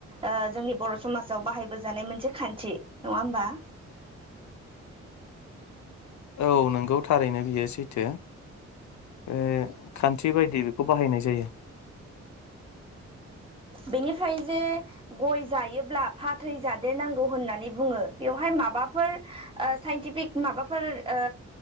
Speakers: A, on the right; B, on the left.
A: ओ जोंनि बर समाजाव बाहायबोजानाय मोनसे खान्थि नङा होमबा?
B: औ नोंगौ थारैनो बियो सैथो ओ खान्थि बायदि बेखौ बाहायनाय जायो
A: बेनि फ्राय जे गय जायोब्ला फाथै जादेरनांगौ होननानै बुङो बेवहाय माबाफोर साइनटिफिक माबाफोर ओ